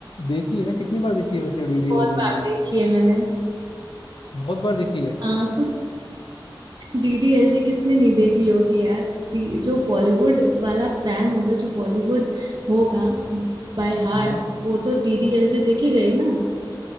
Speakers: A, on the left; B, on the right.
A: देखी है ना कितनी बार देखी है वैसे डीडीएलजे
B: बहुत बार
A: मूवी
B: देखी है मैंने
A: बहुत बार देखी है
B: हाँ <laughs> डीडीएलजे किसने नहीं देखी होगी यार डी- जो बॉलीवुड वाला फैन होगा जो बॉलीवुड होगा बाय हार्ट
A: हाँ
B: वो तो डीडीएलजे देखेगा ही ना